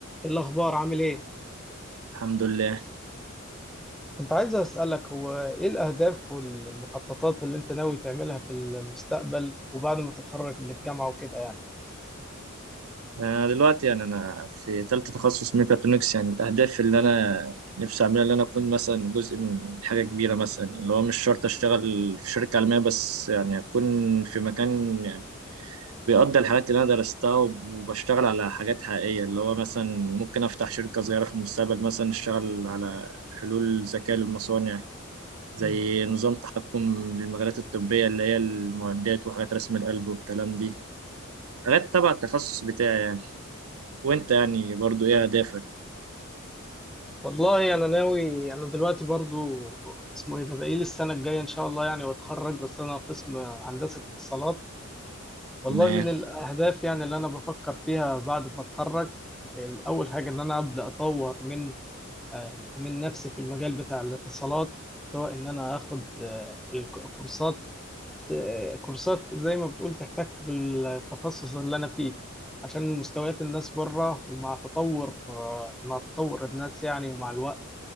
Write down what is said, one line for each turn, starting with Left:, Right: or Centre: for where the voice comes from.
Centre: الأخبار عامل إيه؟
Right: الحمد لله
Centre: كنت عايز أسألك هو إيه الأهداف والمخططات اللي أنت ناوي تعملها في المستقبل وبعد ما تتخرج من الجامعة وكده يعني
Right: انا دلوقتي يعني انا في ثالثه تخصص ميكاترونكس يعني الاهداف اللي انا نفسي اعملها اللي انا اكون مثلا جزء من حاجه كبيره مثلا اللي هو مش شرط اشتغل في شركه عالميه بس يعني اكون في مكان يعني بيقضي الحاجات اللي انا درستها وبشتغل على حاجات حقيقيه اللي هو مثلا ممكن افتح شركه صغيره في المستقبل مثلا اشتغل على حلول ذكاء للمصانع زي
Centre: مم.
Right: نظام تحكم للمجالات الطبيه اللي هي المعدات وحاجات رسم القلب والكلام دي حاجات تبع التخصص بتاعي يعني وانت يعني برضو ايه اهدافك
Centre: والله أنا ناوي أنا دلوقتي برضو اسمه إيه ده بقيل السنة الجاية إن شاء الله يعني وأتخرج بس أنا قسم هندسة اتصالات والله
Right: تمام
Centre: من الأهداف يعني اللي أنا بفكر فيها بعد ما أتخرج أول حاجة إن أنا أبدأ أطور من آه، من نفسي في المجال بتاع الاتصالات سواء إن أنا آخد آه، الكورسات آه، كورسات زي ما بتقول تحتك بالتخصص اللي انا فيه عشان مستويات الناس بره ومع تطور آه، مع تطور الناس يعني ومع الوقت